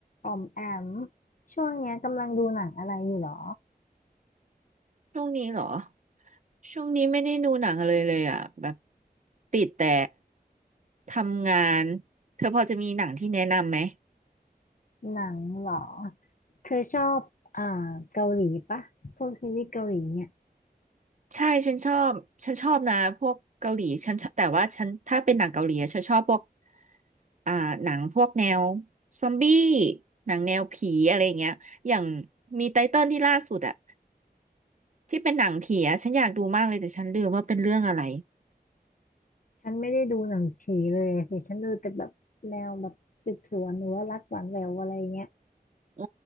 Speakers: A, on the left; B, on the right.
A: ออมแอมช่วงเนี้ยกำลังดูหนังอะไรอยู่หรอ
B: ช่วงนี้เหรอช่วงนี้ไม่ได้ดูหนังเลยเลยอ่ะแบบติดแต่ทำงานเธอพอจะมีหนังที่แนะนำไหม
A: หนังเหรอเธอชอบอ่าเกาหลีปะพวกซีรีส์เกาหลีเนี่ย
B: ใช่ฉันชอบฉันชอบนะพวกเกาหลีฉันชอบแต่ว่าฉันถ้าเป็นหนังเกาหลีอะฉันชอบพวกอ่าหนังพวกแนวซอมบี้หนังแนวผีอะไรอย่างเงี้ยอย่างมีไตเติ้ลที่ล่าสุดอ่ะที่เป็นหนังผีอะฉันอยากดูมากเลยแต่ฉันลืมว่าเป็นเรื่องอะไร
A: ฉันไม่ได้ดูหนังผีเลยสิฉันดูแต่แบบแนวแบบสืบสวนหรือว่ารักหวานแหววอะไรเงี้ย
B: โอ้